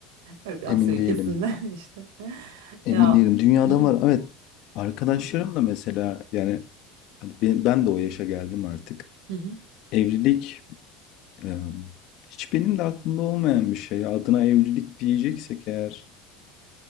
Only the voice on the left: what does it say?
Emin
değilim.
Emin
değilim. Dünyada
var. Evet. Arkadaşlarım da mesela yani hani ben, ben de o yaşa geldim artık.
Evlilik e, hiç benim de aklımda olmayan bir şey. Adına evlilik diyeceksek eğer